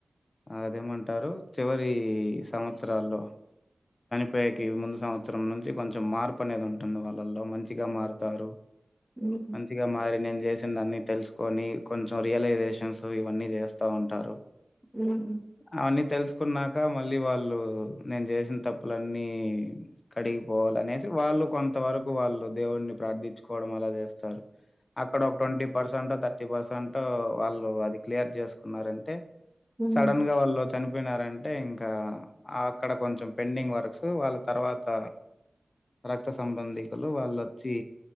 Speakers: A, on the left; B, in the centre.
A: అదేమంటారు చివరి సంవత్సరాల్లో పేకి ముందు సంవత్సరం నుంచి కొంచెం మార్పు అనేది ఉంటుంది వాళ్ళల్లో మంచిగా మారుతారు
B: హ్మ్
A: మంచిగా మారి నేను జేసిన దాన్ని తెలుసుకొని కొంచెం రియలైజేషన్స్ ఇవన్నీ చేస్తా ఉంటారు
B: మ్
A: అవన్నీ తెలుసుకున్నాక మళ్ళీ వాళ్ళు నేను చేసిన తప్పులన్నీ కడిగిపోవాలనేసి వాళ్ళు కొంత వరకు వాళ్ళు దేవున్ని ప్రార్థించుకోవడం అలా చేస్తారు అక్కడ ఒక ట్వంటీ పర్సెంట్ థర్టీ పర్సెంటో వాళ్ళు అది క్లియర్ చేసుకున్నారంటే
B: హ్మ్
A: సడన్ గ వాళ్ళు చనిపోయినారంటే ఇంకా అక్కడ కొంచెం పెండింగ్ వర్క్స్ వాళ్ళ తర్వాత రక్త సంబంధికులు వాళ్ళోచ్చి